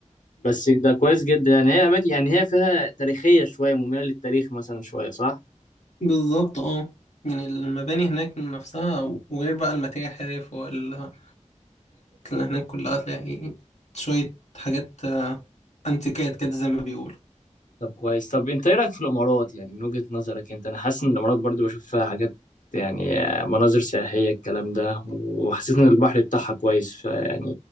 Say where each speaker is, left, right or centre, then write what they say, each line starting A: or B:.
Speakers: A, on the left; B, on the left.
A: بس ده كويس جدا يعني هي اماكن يعني هي فيها تاريخيه شويه مميله للتاريخ مثلا شويه صح
B: بالظبط اه يعني المباني هناك نفسها وغير بقى المتاحف والحاجات اللي هناك كلها تلاقي شوية حاجات آه، انتيكات كده زي ما بيقولوا
A: طب كويس طب انت ايه رايك في الامارات يعني من وجهه نظرك انت انا حاسس ان الامارات برضو بشوف فيها حاجات يعني مناظر سياحيه الكلام ده وحسيت ان البحر بتاعها كويس فيعني